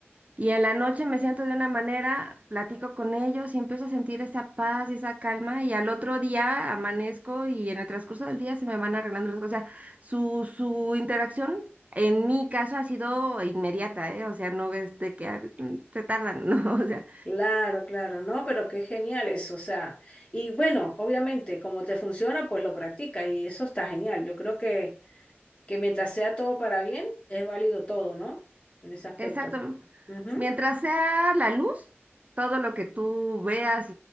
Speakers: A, on the right; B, on the left.
A: y en la noche me siento de una manera, platico con ellos y empiezo a sentir esa paz y esa calma, y al otro día amanezco y en el transcurso del día se me van arreglando las cosas. O sea, su, su interacción en mi caso ha sido inmediata, ¿eh? O sea, no es de que ah, se tardan, <laughs> ¿no? O sea,
B: Claro, claro, no, pero qué genial eso, o sea, y bueno, obviamente, como te funciona, pues lo practica y eso está genial. Yo creo que, que mientras sea todo para bien, es válido todo, ¿no? En ese aspecto.
A: Exacto.
B: Ujú.
A: Mientras sea la luz, todo lo que tú veas